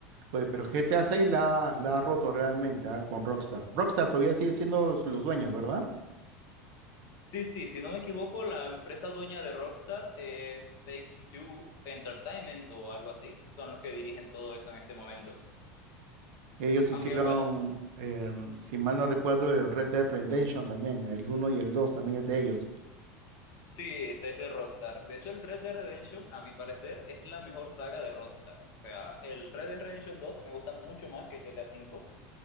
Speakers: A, on the right (about 60°); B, on the left (about 50°).
A: Oye, pero GTA 6 la, la ha roto realmente, ah, Con Rockstar. Rockstar todavía sigue siendo los dueños, ¿verdad?
B: Sí, sí, si no me equivoco, la empresa dueña de Rockstar es Take-Two Entertainment o algo así, que son los que dirigen todo eso en este momento.
A: Ellos hicieron,
B: Aunque bueno,
A: eh, si mal no recuerdo, el Red Dead Redemption también, el uno y el 2 también es de ellos.
B: sí, es de Rockstar. De hecho, el Red Dead Redemption, a mi parecer, es la mejor saga de Rockstar. O sea, el Red Dead Redemption 2 me gusta mucho más que el GTA V.